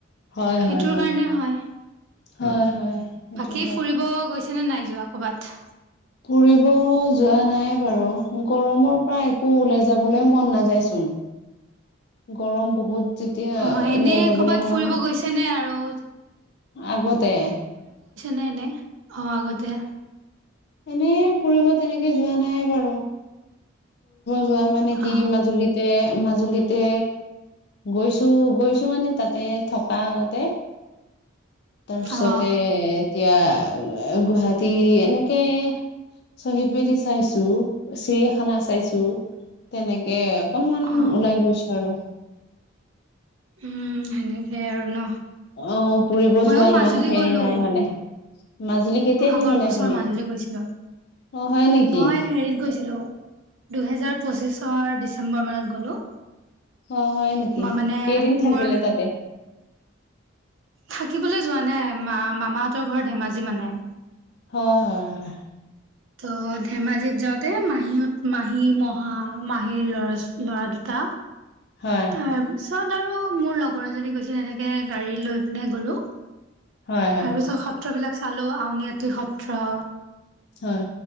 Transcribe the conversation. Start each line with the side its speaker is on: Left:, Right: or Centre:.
Left: হয়
Right: সেইটোৰ
Left: হয়
Right: কাৰণে হয়
Left: হয় হয় সেইটো
Right: বাকী
Left: হয়
Right: ফুৰিব গৈছে। চনে নাই যোৱা ক'ৰবাত।
Left: ফুৰিব যোৱা নাই বাৰু গৰমৰ পৰা একো ওলাই যাব। যাবলৈ মন নাযায় চোন গৰম বহুত। যেতিয়া
Right: অ
Left: ওলাই
Right: এনেই
Left: যাবলৈ
Right: কৰ'বাত
Left: মন
Right: ফুৰিব গৈছে নে আৰু?
Left: আগতে
Right: নাই ন অ আগতে।
Left: এনে ফুৰিব তেনেকে যোৱা নাই বাৰু। যোৱা মানে কি
Right: অ
Left: মাজুলীতে মাজুলীতে গৈছো গৈছো মানে তাতে থকা আগতে তাৰপিছতে
Right: অ
Left: এতিয়া গুৱাহাটী এনে তে শ্বহীদ বেদী চাইছো চিৰিয়াখানা চাইছো। তেনেকে অকনমান
Right: অ
Left: ওলাই গৈছো আৰু।
Right: উম সেনেকে আৰু ন
Left: অ'ফুৰিব
Right: ময়ো
Left: যোৱা ইমান
Right: মাজুলী
Left: হেৰি
Right: গ'লো
Left: নাই মানে। মাজুলী কেতিয়া শেষ
Right: আগৰ
Left: হলে
Right: বছৰ
Left: আপুনি
Right: মাজুলী গৈছিলো।
Left: অ হয় নেকি
Right: মই হেৰিত গৈছিলো। দুহেজাৰ পঁচিশৰ ডিচেম্বৰ মাহত গ'লো।
Left: অ হয় নেকি
Right: মই মানে
Left: কেইদিন থাকিলে
Right: মোৰ
Left: তাতে।
Right: থাকিবলৈ যোৱা নাই মা মামাহঁতৰ ঘৰৰ ধেমাজি মানে।
Left: হয়, হয়, হয়।
Right: ত ধেমাজিত যাওঁতে মাহীত মাহী মহা মাহীৰ ল'ৰা ল'ৰা দুটা।
Left: হয়
Right: তাৰ পিছত আৰু মোৰ লগৰ এজনী গৈছিল এনেকে গাড়ী লৈ পিনে গ'লো।
Left: হয় হয়
Right: তাৰ পিছত সত্ৰবিলাক চালো আউনীআটী সত্ৰ-
Left: হয়।